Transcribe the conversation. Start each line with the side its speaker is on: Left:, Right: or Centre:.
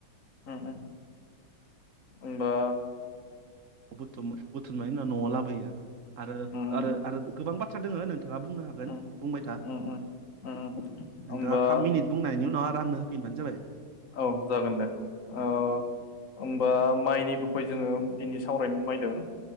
Left: उम उम होनबा
Right: बुथुम-बुथुमनायनि उनाव न'आव लाबोयो आरो
Left: उम
Right: आरो आरो गोबां बाथ सोर दोङोनो नोंथाङा बुंनो हागोन
Left: उम
Right: बुंबाय था।
Left: उम उम उम होमबा
Right: नोंथाङा थाम मिनिट बुंनायनि उनाव आरो आंनो होफिनबानो जाबाय।
Left: औ जागोन दे औ होमबा माइनि बै जोङो दिनै सावरायनो मायदों